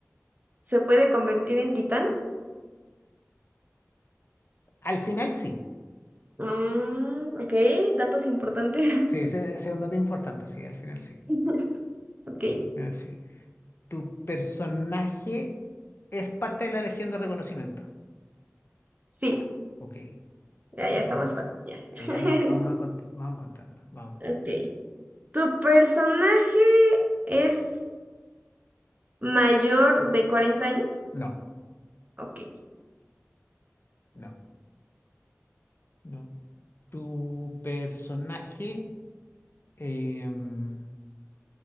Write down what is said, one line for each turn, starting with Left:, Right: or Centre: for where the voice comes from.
Right: se puede convertir en titán?
Left: Al final sí.
Right: Mm, ok, datos importantes.
Left: Sí, ese ese es un dato importante, sí, al final sí. Al
Right: <laughs> Ok,
Left: final sí. Tu personaje es parte de la Legión de Reconocimiento.
Right: sí,
Left: Ok,
Right: ya,
Left: perfecto.
Right: ya está más fácil,
Left: O
Right: ya. <laughs>
Left: sea, ya no, vamos a cont- vamos contando. Vamos.
Right: Ok. ¿Tu personaje es ¿Mayor de 40 años?
Left: No,
Right: Ok.
Left: no, no. Tu personaje em,